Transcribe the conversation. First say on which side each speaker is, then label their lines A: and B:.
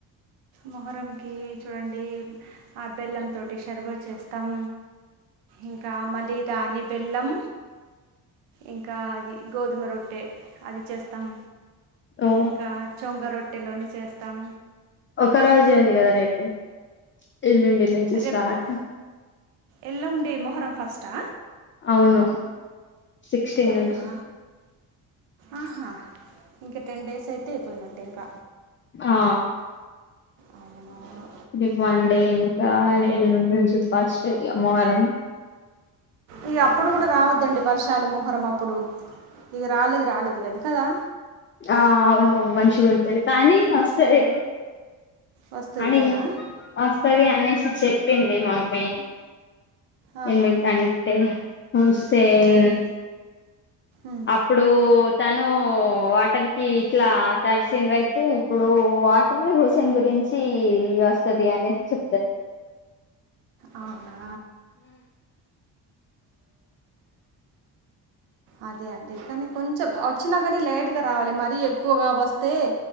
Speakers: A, on the right (about 85°); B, on the left (about 25°).
A: మొహరంకి చూడండి ఆ బెల్లంతోటి శర్బాత్ చేస్తాం ఇంకా మళ్ళీ దాని బెల్లం ఇంకా అది గోధుమ రొట్టె అది చేస్తాం
B: ఓ
A: ఇంకా చొంగ రొట్టెలని చేస్తాం
B: ఒక్క రోజే ఉంది కదా రేపు ఎల్లుండి నుంచి
A: రేపు
B: స్టార్ట్
A: ఎల్లుండి మొహరం ఫస్టా
B: అవును సిక్స్టీన్
A: అవునా
B: నుంచి
A: ఆహా ఇంకా టెన్ డేస్ అయితే అయిపోయినట్టే ఇంక
B: ఆ
A: అవునవును
B: ఇది ఫన్డే ఇంకా ఎల్లుండి నుంచి ఫస్ట్డే ఇగ మొహరం
A: ఇగ అప్పుడు కూడా రావద్దండి వర్షాలు మొహరం అప్పుడు ఇక రాలేదు రాలేదు కానీ కదా
B: ఆ అవును మంచిగుంటది కానీ వస్తాది
A: వస్తుంది
B: అని
A: కదా
B: వాస్తది అనే సి చెప్పింది మమ్మీ
A: ఆహా.
B: ఎందుకంటే మూవీస్ సేం
A: ఉమ్, ఉమ్.
B: అప్పుడు తను వాటర్‌కి ఇట్లా తడిసిన్రు అయితే ఇప్పుడు వాటరే హుసేన్ గురిం చి వస్తాది అనే చె
A: అవునా అదే అండి కానీ కొంచెం వచ్చినా కానీ లైట్గా రావాలి మరీ ఎక్కువగా వస్తే